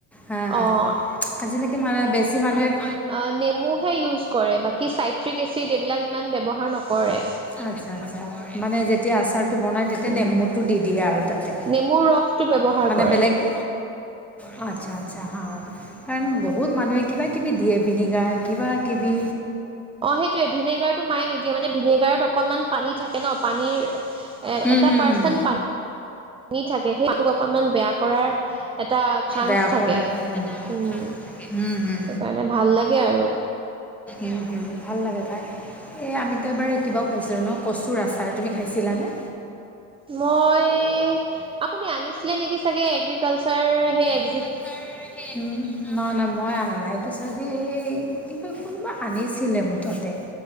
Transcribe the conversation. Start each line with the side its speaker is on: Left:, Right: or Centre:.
Centre: হাঁ হাঁ
Right: অ',
Centre: আজিলৈকে মানে বেছি মানুহে-
Right: অঁ নেমুহে ইউজ কৰে, বাকী চাইট্ৰিক এচিড এইবিলাক ইমান ব্যৱহাৰ নকৰে।
Centre: আৎচ্ছা আৎচ্ছা, মানে যেতিয়া আচাৰটো বনায়- তেতিয়া
Right: উম,
Centre: নেমুটো দি দিয়ে আৰু তাতে,
Right: নেমুৰ ৰসটো ব্যৱহাৰ
Centre: মানে
Right: কৰে
Centre: বেলেগ- অঁ আৎচ্ছা আৎচ্ছা হাঁ। কাৰণ বহুত মানুহে কিবাকিবি দিয়ে ভিনেগাৰ কিবাকিবি।
Right: অঁ সেইটোৱে ভিনেগাৰটো মায়ে নিদিয়ে মানে ভিনেগাৰত অকনমান পানী থাকে ন পানীৰ- এ
Centre: হুম
Right: এটা
Centre: পানীৰ হুম
Right: পাৰ্চেন্ট
Centre: হুম।
Right: পানী থাকে, সেইটো অকনমান বেয়া কৰাৰ- এটা চান্স
Centre: বেয়া বেয়া
Right: থাকে,
Centre: কৰাৰ কৰাৰ হুম এটা
Right: উম'।
Centre: চান্স
Right: সেইটো
Centre: থাকে। হুম হুম
Right: কাৰণে ভাল লাগে আৰু।
Centre: উম হুম, ভাল লাগে খাই। এই আমিতো এবাৰ কিবাও খাইছিলোঁ ন কচুৰ আচাৰ, তুমি খাইছিলানে?
Right: মই আপুনি আনিছিলে নেকি চাগে এগ্ৰিকালচাৰ সেই এ-
Centre: এগ্ৰিকালচাৰ সেই এগ- উম' না না মই অনা নাই। এইটো চাগে এই কি কয় কোনোবা আনিছিলে মুঠতে।